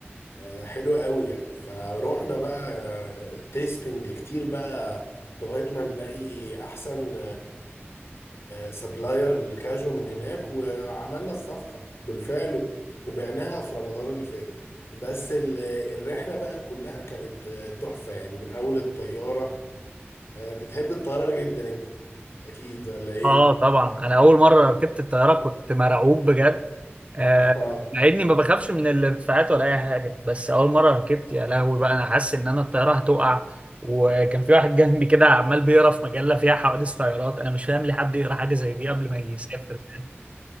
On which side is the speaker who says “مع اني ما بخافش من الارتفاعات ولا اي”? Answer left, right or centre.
Right